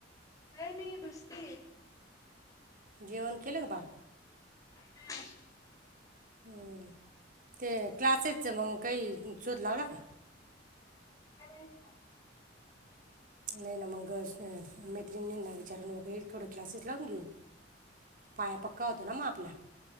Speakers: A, on the left; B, on the right.
A: काय नाही बसली आहे.
B: जेवण केलं का बाळ?
A: <inaudible>
B: होय ते क्लासेसच मग काही शोध लावला का?
A: <inaudible>
B: नाही ना मग मैत्रिणींना विचारून वगैरे थोडं क्लासेस लावून घे. पाया पक्का होतो ना मग आपला